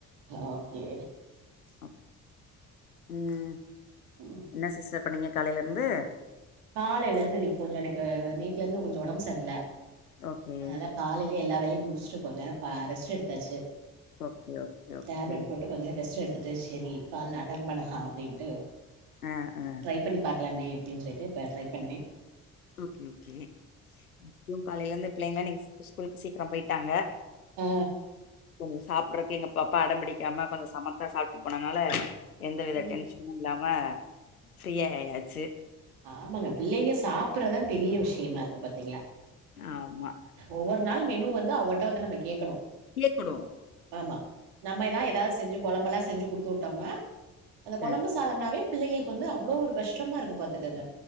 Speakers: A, on the right; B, on the left.
A: ஓ கே
B: அ, ம்
A: ம்
B: என்ன சிஸ்டர் பண்ணீங்க காலைல இருந்து
A: காலைல இருந்து இன்னைக்கி கொஞ்சோ எனக்கு நேத்துல இருந்து கொஞ்சோ ஒடம்பு சரியில்ல
B: ஓகே
A: அதனால காலைலே எல்லா வேலையு முடிச்சுட்டு கொஞ்ச நேர ப ரெஸ்ட்டு எடுத்தாச்சு
B: ஓகே ஓகே ஓகே
A: டேப்லெட் போட்டு கொஞ்ச நேரம் ரெஸ்ட்டு எடுத்துட்டு சேரி கால் அட்டன் பண்ணலா அப்டின்ட்டு
B: ஆ ஆ
A: ட்ரைப் பண்ணி பாக்கலாமே அப்டின்னு சொல்ட்டு இப்ப ட்ரை பண்ணே
B: ஓகே ஓகே இங்கயு காலைலருந்து பிள்ளைங்களா இன்னக்கி ஸ்கூலுக்கு சீக்கிர போயிட்டாங்க
A: ஆ
B: கொஞ்சோ சாப்புட்றக்கு எங்க பாப்பா அடம் பிடிக்காம கொஞ்சோ சமத்தா சாப்ட்டு போனனால எந்த வித
A: ம்
B: டென்ஷனு இல்லாம ஃபிரியா ஆயாச்சு
A: ஆமாங்க பிள்ளைங்க சாப்பிட்றதா பெரிய விஷயமா இருக்கு பாத்தீங் னா
B: ஆமா
A: ஒவ்வொரு நாளும் மெனு வந்து அவங்கட்ட வந்து நம்ம கேக்கணு
B: கேக்கனு
A: ஆமா நம்ம எதா எதா செஞ்சு கொழம்பெல்லா செஞ்சு குடுத்துவுட்டோம்னா அந்த
B: ஆ
A: கொழம்பு சாதம்னாவே பிள்ளைங்களுக்கு வந்து அவ்ளோ ஒரு கஷ்டமா இருக்கு பாத்துக்கங்க